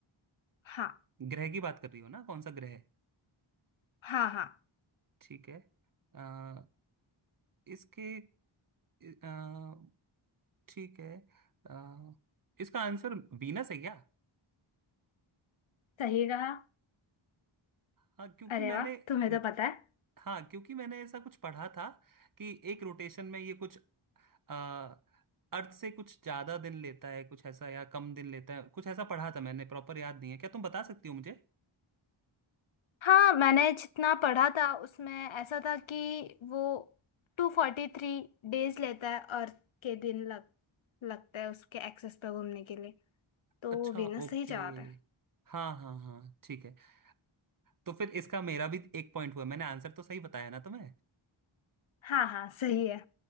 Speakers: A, on the left (about 70°); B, on the right (about 40°).
A: हाँ
B: ग्रह की बात कर रही हो ना कौन सा ग्रह है?
A: हाँ हाँ
B: ठीक है अ, इसके अ, ठीक है अ, इसका आंसर वीनस है क्या
A: सही कहा
B: हाँ क्योंकि
A: अरे
B: मैंने
A: वाह
B: अम,
A: तुम्हें तो पता है
B: हाँ क्योंकि मैंने ऐसा कुछ पढ़ा था कि एक रोटेशन में ये कुछ अ, अर्थ से कुछ ज्यादा दिन लेता है कुछ ऐसा या कम दिन लेता है कुछ ऐसा पढ़ा था मैंने प्रॉपर याद नहीं है क्या तुम बता सकती हो मुझे
A: हाँ मैंने जितना पढ़ा था उसमें ऐसा था कि वो टू फोर्टी थ्री डेज लेता है अर्थ के दिन लग लगता है उसके एक्सेस पर घूमने के लिए तो
B: अच्छा
A: वीनस
B: ओके
A: सही जवाब है
B: हाँ हाँ हाँ ठीक है तो फिर इसका मेरा भी एक पॉइंट हुआ मैंने आंसर तो सही बताया ना तुम्हें
A: हाँ हाँ सही है